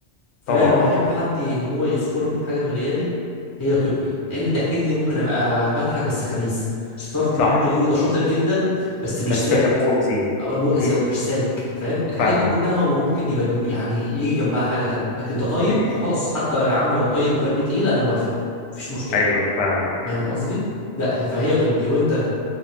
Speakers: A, on the left; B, on the left.
A: فلو
B: طبعا
A: احب حد ان هو يذكرني بحاجه في غيابي هي طيبتي لان ضحكتي دي ممكن ابقى بضحك بس خبيث شطارتي
B: صح
A: دي ممكن يقولوا ده شاطر جدا بس مش
B: بس
A: سالك
B: كان مؤذي
A: أبقى مؤذي
B: امم
A: او مش سالك فاهم الحاجات
B: فاهمك
A: دي كلها هما ممكن يبدل يعني يجي جنبها حاجه تانية لكن ده طيب
B: امم
A: خلاص
B: امم.
A: حتى لو يا عم لو طيب ودم تقيل انا موافق مفيش مشكله
B: أيوه فاهمك
A: فاهم قصدي لا هي- فهي طيبتي وانت